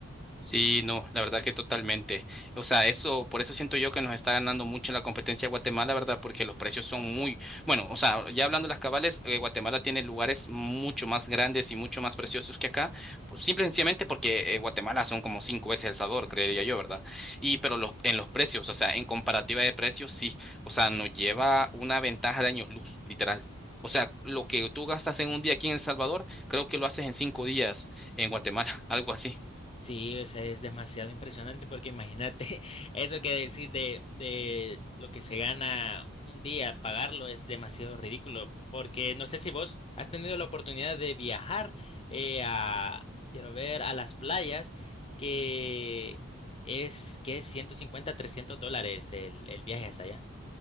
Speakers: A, in the centre; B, on the left (about 30°).
A: Sí, no, la verdad que totalmente. O sea, eso, por eso siento yo que nos está ganando mucho la competencia Guatemala, ¿verdad? Porque los precios son muy, bueno, o sea, ya hablando de las cabales, eh, Guatemala tiene lugares mucho más grandes y mucho más preciosos que acá, pues, simple y sencillamente porque eh, Guatemala son como cinco veces El Salvador, creería yo, ¿verdad? Y pero los, en los precios, o sea, en comparativa de precios, sí, o sea, nos lleva una ventaja de años luz, literal. O sea, lo que tú gastas en un día aquí en El Salvador, creo que lo haces en cinco días en Guatemala, <laughs> algo así.
B: Sí, o sea, es demasiado impresionante porque imagínate <laughs> eso que decir de, de lo que se gana un día, pagarlo es demasiado ridículo porque no sé si vos has tenido la oportunidad de viajar eh, a, quiero ver, a las playas que es que es 150 300 dólares el, el viaje hasta allá.